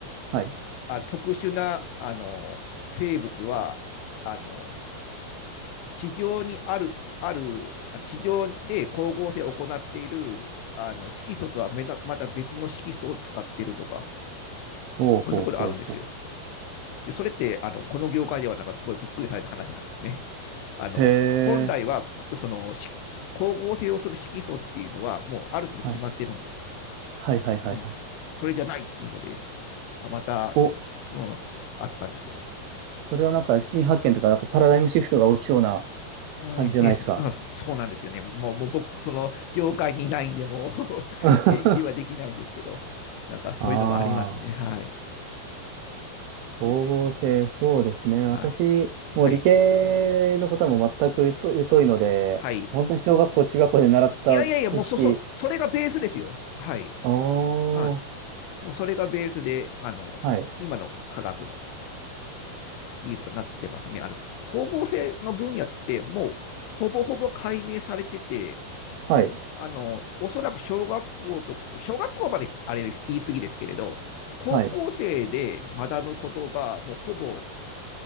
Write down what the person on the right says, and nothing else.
はい。
ほうほうほうほ
う。へえ。
はいはいはいはいはい。
お、
それはなんか新発見とか、なんかパラダイムシフトが起きそうな
感じじゃないですか。
<laughs>
ああ、
光合成、
そうですね。
私、もう理系のことはもう全く疎疎いので、
本当に小学校、中学校で習った知識、
おー、
はい、
はい、
はい、